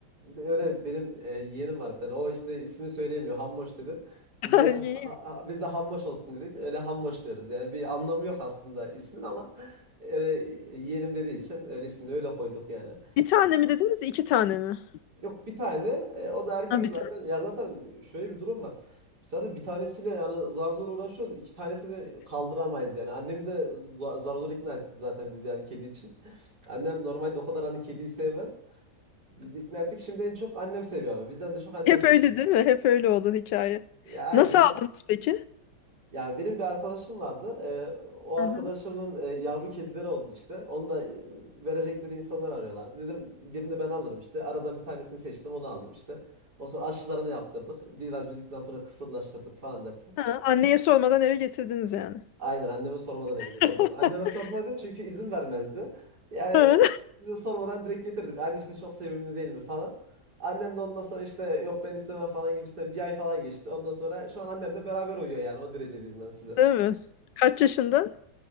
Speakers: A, on the right; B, on the left.
A: öyle benim e, yeğenim var bir tane. O işte ismini söyleyemiyor. Hammoş dedi. Biz
B: <laughs>
A: de ha,
B: İyiymiş.
A: ha- biz de Hammoş olsun dedik. Öyle Hammoş diyoruz. Yani bir anlamı yok aslında ismin ama öyle yeğenim dediği için öyle ismini öyle koyduk yani.
B: Bir tane mi dediniz? İki tane mi?
A: Yok bir tane. E, o da erkek
B: Ha, bir
A: zaten. Ya zaten şöyle bir durum var. Zaten bir tanesiyle yani zar zor uğraşıyoruz. İki tanesini de kaldıramayız yani. Annemi de za- zar zor ikna ettik zaten biz yani kedi için. <laughs> Annem normalde o kadar hani kediyi sevmez. Biz ikna ettik. Şimdi en çok annem seviyor ama. Bizden de çok annem
B: Hep
A: seviyor.
B: öyle değil mi? Hep öyle olan hikaye.
A: Ya aynen.
B: Nasıl aldınız peki?
A: Ya benim bir arkadaşım vardı. Ee, o arkadaşımın
B: Hı hı.
A: e, yavru kedileri oldu işte. Onu da e, verecekleri insanlar arıyorlardı. Dedim birini ben alırım işte. Aradan bir tanesini seçtim onu aldım işte. O sonra aşılarını yaptırdık. Biraz büyüdükten sonra kısırlaştırdık falan derken.
B: Ha, anneye sormadan eve getirdiniz yani.
A: Aynen anneme sormadan eve getirdim.
B: <laughs>
A: Anneme sorsaydım çünkü izin vermezdi. Yani e,
B: Ha,
A: bize sormadan direkt getirdik. Anne işte çok sevimli değil mi falan. Annem de ondan sonra işte yok ben istemem falan gibisinden bir ay falan geçti. Ondan sonra şu an annemle beraber uyuyor yani o derece diyeyim ben size.
B: Değil mi? Kaç yaşında?